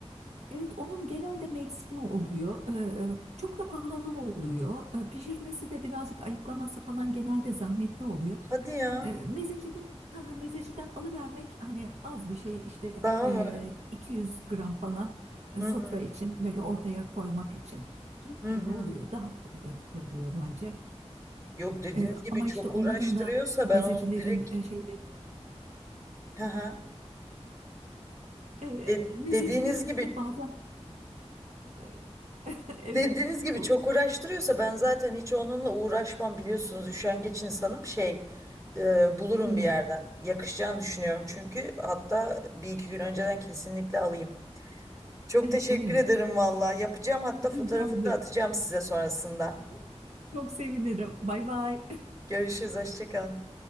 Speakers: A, on the right (about 80°); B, on the right (about 30°).
A: Evet, onun genelde mevsimi oluyor. Ee, çok da pahalı oluyor. Ee, pişirmesi de birazcık ayıklaması falan genelde zahmetli oluyor.
B: Hadi ya.
A: Ee, mezeciden, ha, ha, mezeciden alıvermek hani az bir şey işte
B: Daha
A: e,
B: mı?
A: 200 gram falan e,
B: Hı
A: sofra
B: hı,
A: için böyle ortaya koymak için yeterli
B: hı hı.
A: oluyor. Daha pratik oluyor bence.
B: Yok dediğiniz
A: Ee,
B: gibi
A: ama
B: çok
A: işte onların
B: uğraştırıyorsa
A: da
B: ben
A: mezecilerin
B: onu direkt
A: e, şeyleri
B: hı hı.
A: E,
B: De-
A: mezecilerin
B: dediğiniz gibi
A: bir de bazen e, <laughs> evet
B: dediğiniz gibi
A: o,
B: çok uğraştırıyorsa ben zaten hiç onunla uğraşmam biliyorsunuz üşengeç insanım şey e, bulurum
A: değil
B: bir
A: mi?
B: yerden yakışacağını düşünüyorum
A: Evet.
B: çünkü hatta bir iki gün önceden kesinlikle alayım. Çok
A: <laughs>
B: teşekkür
A: Evet.
B: ederim valla. Yapacağım hatta
A: Rica
B: fotoğrafını
A: ederim.
B: da atacağım size sonrasında.
A: Peki. Çok sevinirim. Bay bay.
B: Görüşürüz. Hoşça kalın.